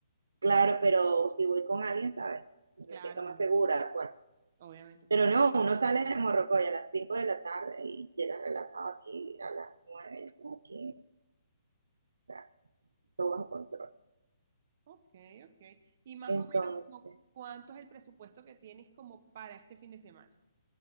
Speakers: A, on the right (about 90°); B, on the right (about 40°).
A: Claro, pero si voy con alguien, ¿sabes? Me
B: Claro,
A: siento más
B: obviamente,
A: segura, de acuerdo.
B: obviamente, por
A: Pero
B: supuesto.
A: no, uno sale de Morrocoy a las 5 de la tarde y llega relajado aquí a las 9, aquí, está todo bajo control.
B: Ok, ok. Y más
A: Entonces,
B: o menos, como, ¿cuánto es el presupuesto que tienes como para este fin de semana?